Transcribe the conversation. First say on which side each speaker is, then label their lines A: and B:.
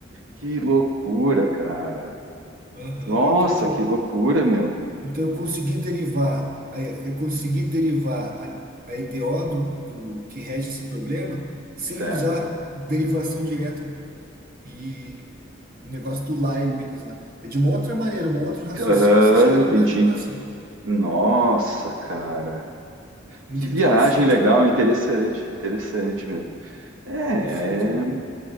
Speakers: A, on the right (about 85°); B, on the right (about 50°).
A: Que loucura, cara.
B: Aham,
A: Nossa,
B: então eu,
A: que loucura, meu.
B: então eu consegui derivar, a- eu consegui derivar a, a EDO do, do que rege esse problema sem
A: Certo.
B: usar derivação direta e o negócio do Leibniz lá. É de uma outra maneira, um outro raciocínio
A: Aham,
B: e você chega na
A: entendi.
B: mesma equação.
A: Nossa, cara.
B: Muito
A: Que viagem
B: interessante,
A: legal,
B: né?
A: interessante, interessante, meu. É,
B: Interessante, né?
A: é,